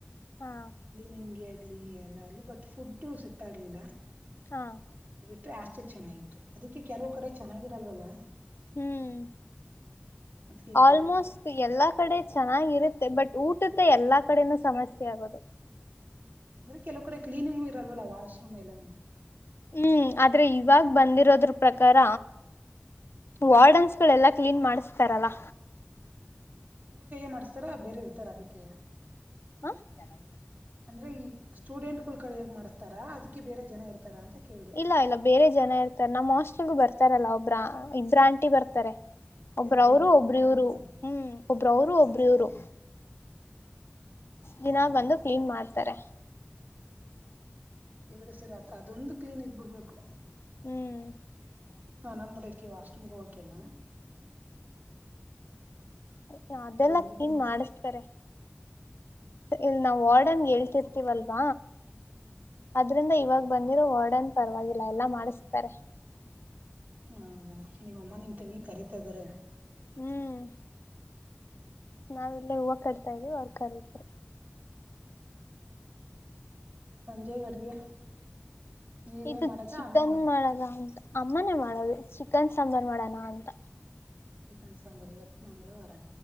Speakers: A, on the left; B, on the right.
A: ಹಾ
B: ಕ್ಲೀನಿಂಗ್. ಏ ಆಗ್ಲಿ ಅಲ್ಲ ಅಲ್ಲಿ ಬಟ್ ಫುಡ್ ಸೆಟ್ ಆಗ್ಲಿಲ್ಲ.
A: ಹಾ
B: ಪೆ ಹಾಸ್ಟೆಲ್ ಚೆನ್ನಾಗಿತ್ತು ಅದಿಕ್ಕೆ ಕೆಲವು ಕಡೆ ಚೆನ್ನಾಗಿರಲ್ವಲ್ಲ.
A: ಹ್ಮ್
B: ಅದಕ್ಕೆ
A: ಆಲ್ಮೋಸ್ಟ್
B: ಕೇಳಿದೆ
A: ಎಲ್ಲಾ ಕಡೆ ಚೆನ್ನಾಗಿರುತ್ತ ಬಟ್ ಊಟದೆ ಎಲ್ಲಾ ಕಡೆನೂ ಸಮಸ್ಯೆ ಆಗೋದು.
B: ಹ್ಮ್ ಅಂದ್ರೆ ಕೆಲವು ಕಡೆ ಕ್ಲೀನಿಂಗು ಇರಲ್ವಲ್ಲ ವಾಶ್ರೂಮ್ ಎಲ್ಲಾನು.
A: ಹ್ಮ್ ಆದ್ರೆ ಇವಾಗ ಬಂದಿರೋದ್ರ ಪ್ರಕಾರ ವಾರ್ಡನ್ಸ್. ಫುಲ್ ಎಲ್ಲಾ ಕ್ಲೀನ್ ಮಾಡಸ್ತಾರಲ್ಲ.
B: ಹ್ಮ್ ಇವ್ರ ಕೈಯ್ಯ ಮಾಡಸ್ತಾರ ಬೇರೆ ಇರ್ತಾರ ಅದಕ್ಕೆ.
A: ಹಾ ಚೆನಗಿಲ
B: ಅಂದ್ರೆ ಈ ಸ್ಟೂಡೆಂಟ್ ಗುಳು ಕೈಯಾಗ ಮಾಡಸ್ತಾರಾ ಅದಕ್ಕೆ ಬೇರೆ ಜನ ಇರ್ತಾರ ಅಂತ ಕೇಳಿದೆ
A: ಇಲ್ಲ ಇಲ್ಲ ಬೇರೆ ಜನ ಇರ್ತಾರ ನಮ್ಮ್ ಹಾಸ್ಟೆಲಿಗು ಬರ್ತಾರಲ್ಲ ಒಬ್ರ ಇಬ್ರ ಆಂಟಿ ಬರ್ತಾರೆ. ಒಬ್ರವರು
B: ಅದೇ ದಿನ
A: ಒಬ್ರ ಇವ್ರು
B: ಬಂದು
A: ಹ್ಮ್ ಒಬ್ರವರು ಒಬ್ರ ಇವ್ರು.
B: ಹ್ಮ್
A: ದಿನ ಬಂದು ಕ್ಲೀನ್ ಮಾಡ್ತಾರೆ.
B: ಹ ಹಂಗಿದ್ರೆ ಸರಾ ಅತ್ರ ಅದೊಂದು ಕ್ಲಿನ್ ಇದ್ದ ಬಿಡ್ಬೇಕು.
A: ಹ್ಮ್
B: ಹ ನಮ್ ದುಕ್ಕೇ ವಾಶ್ ರೂಮ್ ಹೋಕಿಲ್ಲ.
A: ಹ್ ಅದೆಲ್ಲ
B: ಅದೊಂದು
A: ಕ್ಲಿನ್
B: ಹಿಂಸೆ
A: ಮಾಡಸ್ತಾರೆ ಇಲ್ ನಾವು ವಾರ್ಡನ್ ಹೇಳ್ತಿರ್ತಿವಲ್ವ
B: ಹ್ಮ್
A: ಅದ್ರಿಂದ ಇವಾಗ ಬಂದಿರೋ ವಾರ್ಡನ್ ಪರವಾಗಿಲ್ಲ ಎಲ್ಲಾ ಮಾಡಸ್ತಾರೆ.
B: ಹೌದಾ ನಿಮ್ ಅಮ್ಮ ನಿಮ್ ತಂಗಿ ಕರೀತಾ ಇದಾರೆ.
A: ಹ್ಮ್ ನಾವ್ ಇಲ್ಲೇ ಹೂವು ಕಟ್ತಾ ಇದೀವಿ ಅವ್ರ ಕರಿತ್ರ
B: ಸಂಜೆಗೆ ಅಡ್ಗೆ. ನೀವೇ
A: ಇದು
B: ಮಾಡದ
A: ಚಿಕನ್
B: ಅಮ್ಮ
A: ಮಾಡದ ಅಂತ ಅಮ್ಮನೇ ಮಾಡದು ಚಿಕನ್ ಸಾಂಬಾರ್ ಮಾಡಣ ಅಂತ.
B: ಚಿಕನ್ ಸಾಂಭಾರ್ ಇವತ್ತ ಮಂಗಳವಾರ.